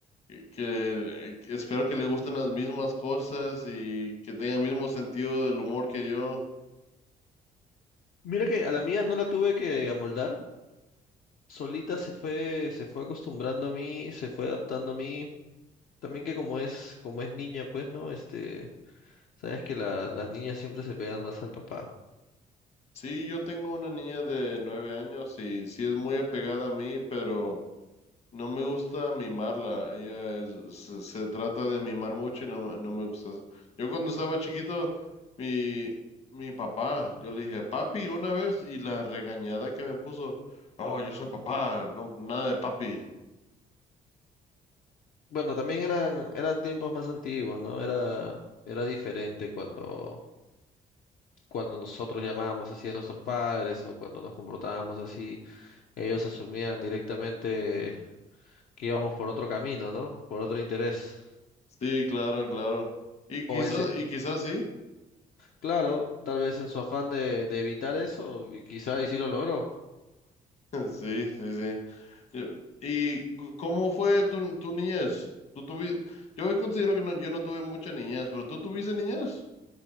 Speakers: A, on the left; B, on the left.
A: Que, que- que espero que le gusten las mismas cosas y que tenga el mismo sentido del humor que yo.
B: Mira que a la mía no la tuve que amoldar, solita se fue, se fue acostumbrando a mí, se fue adaptando a mí. También que como es, como es niña, pues, ¿no? Este, sabes que la- las niñas siempre se pegan más al papá.
A: Sí, yo tengo una niña de nueve años y sí es muy apegada a mí, pero No me gusta mimarla, ella es- se, se trata de mimar mucho y no, me- no me gusta eso. Yo cuando estaba chiquito, mi, mi papá, yo le dije, papi, una vez, y la regañada que me puso, oh, yo soy papá, no, nada de papi.
B: Bueno, también eran, eran tiempos más antiguos, ¿no? Era, era diferente cuando cuando nosotros llamábamos así a nuestros padres o cuando nos comportábamos así, ellos asumían directamente que íbamos por otro camino, ¿no? Por otro interés.
A: Sí, claro, claro. Y quizás,
B: O ese,
A: y quizás sí,
B: claro, tal vez en su afán de, de evitar eso, y quizá y sí lo logró.
A: <laughs> sí, sí, sí. Yo- ¿Y cu- cómo fue tu, tu niñez? ¿Tú tuviste? Yo considero que no- yo no tuve mucha niñez, pero ¿tú tuviste niñez?